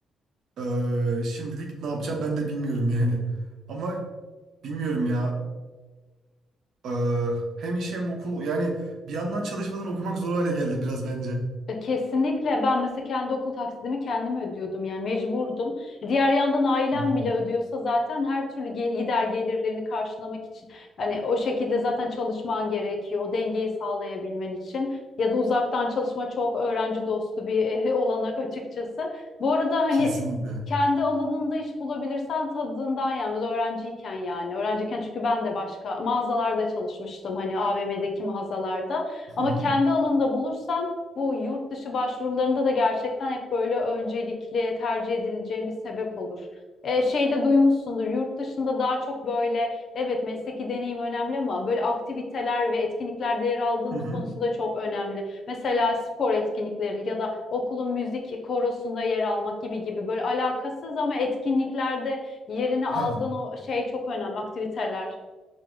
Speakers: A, on the right; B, on the left.
A: Ee, şimdilik ne yapacağım ben de bilmiyorum yani. Ama bilmiyorum ya. Ee, hem iş hem okul yani bir yandan çalışmadan okumak zor hale geldi biraz bence.
B: E, Kesinlikle ben mesela kendi okul taksidimi kendim ödüyordum yani mecburdum. E, Diğer yandan ailem
A: Hı hı.
B: bile ödüyorsa zaten her türlü ge- gider gelirlerini karşılamak için hani o şekilde zaten çalışman gerekiyor o dengeyi sağlayabilmen için ya da uzaktan çalışma çok öğrenci dostu bir eh, olanak açıkçası. Bu arada hani
A: Kesinlikle.
B: kendi alanında iş bulabilirsen tadından yenmez öğrenciyken yani öğrenciyken çünkü ben de başka mağazalarda çalışmıştım hani AVM'deki mağazalarda ama
A: Hı hı.
B: kendi alanında bulursan bu yurt dışı başvurularında da gerçekten hep böyle öncelikli tercih edileceğim bir sebep olur. E, şey de duymuşsundur yurt dışında daha çok böyle evet mesleki deneyim önemli ama böyle aktiviteler ve etkinliklerde yer aldın
A: Hı
B: mı
A: hı.
B: konusu da çok önemli. Mesela spor etkinlikleri ya da okulun müzik korosunda yer almak gibi gibi böyle alakasız ama etkinliklerde yerini
A: Hah,
B: aldığın o şey çok önemli aktiviteler.